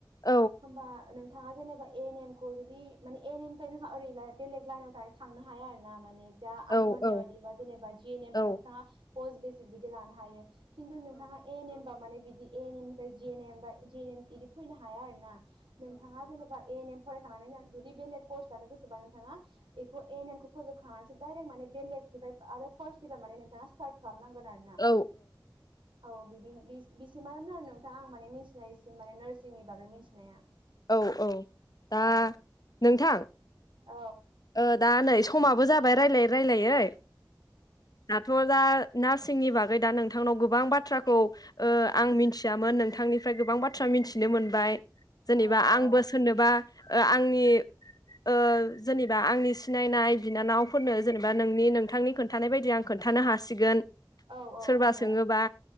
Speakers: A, on the left; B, on the right.
A: औ
B: होनबा ओ नोंथाङा जेनेबा ए नेम खौ जुदि माने ए नेम निफ्राय जोंहा ओरै बेलेग लाइनाव दायो थांनो हाया आ रोना माने दा
A: औ
B: आं होननाय
A: औ
B: बायदिबा जेनेबा जि एनेमबा
A: औ
B: नोंथाङा पस्ट बेसिक बिदि लानो हायो खिन्थु नोंथाङा ए नेमबा माने बिदि एन एम निफ्राय जे एन एम बा जे एन एम बिदि फैनो हाया आरो ना। नोंथाङा जेनेबा एन एम फरायखांनानै जुदि बेलेग कर्स लानो गोसोबा नोंथाङा बेखौ एन एमखौ फोजोबखांनानैसो डाइरेट माने बेलेग दिभाइब आरो फास्ट डिभाइभ नोंथा स्टार्ट खालाम नांगोन आरोना।
A: औ
B: औ बिदि बिसि-बिसिमानोमोन आरो नोंथां आं माने मिथिनायसिम माने नार्सिंनि बागै मिथिनाया।
A: औ औ दा
B: औ
A: नोंथां
B: औ
A: ओ दा नै समाबो जाबाय रायलायै रायलायै दाथ' जा- नार्सिंनि बागै दा नोंथांनाव गोबां बाथ्राखौ ओ आं मिथियामोन नोंथांनिफ्राय गोबां बाथ्रा मिथिनो मोनबाय। जेनेबा
B: औ औ
A: आंबो सोरनोबा ओ आंनि ओ जेनेबा आंनि सिनायनाय बिनानावफोरनो जेनेबा नोंनि नोंथांनि खोन्थानाय बायदि आं खोन्थानो हासिगोन।
B: औ औ
A: सोरबा
B: नंगौ
A: सोङोबा